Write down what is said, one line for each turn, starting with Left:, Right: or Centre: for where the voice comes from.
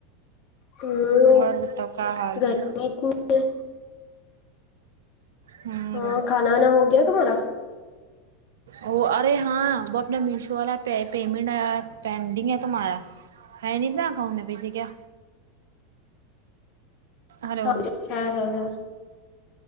Left: ہاں
Right: اور بتاؤ کیا حال
Left: گرمیت
Right: ہے
Left: میں ہے
Right: ہوں
Left: ہاں کھانا وانا ہو گیا تمہارا
Right: ا ارے ہاں وہ اپنا میشو والا پیمنٹ آ پینڈنگ ہے تو مہارا ہے نہیں مکؤن پیسے کیا ہلو
Left: ہاں ج ہاں ہاں ہاں